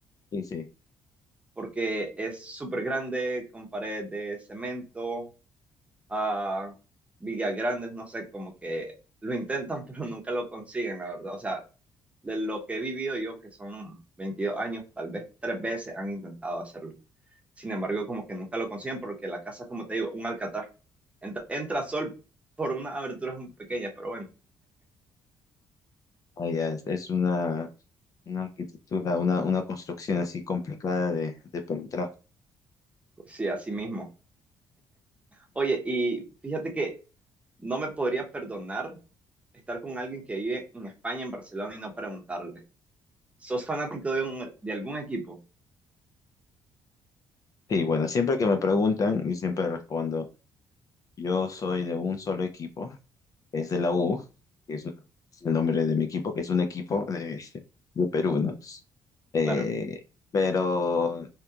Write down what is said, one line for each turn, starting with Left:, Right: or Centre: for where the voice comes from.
Left: Sí, sí.
Right: porque es súper grande, con paredes de cemento a Villagrandes, no sé, como que lo intentan, <laughs> pero nunca lo consiguen, la verdad. O sea, de lo que he vivido yo, que son 22 años, tal vez tres veces han intentado hacerlo. Sin embargo, como que nunca lo consiguen porque la casa, como te digo, un alcatraz. Entra, entra sol por unas aberturas muy pequeñas, pero bueno,
Left: Allá es, es una, una arquitectura, una, una construcción así complicada de, de penetrar.
Right: sí, así mismo. Oye, y fíjate que no me podría perdonar estar con alguien que vive en España, en Barcelona, y no preguntarle. ¿Sos fanático de, un- de algún equipo?
Left: Sí, bueno, siempre que me preguntan, y siempre respondo, yo soy de un solo equipo, es de la U, que es, es el nombre de mi equipo, que es un equipo de, <laughs> de Perú, ¿no? Pues, Eh,
Right: Claro.
Left: pero,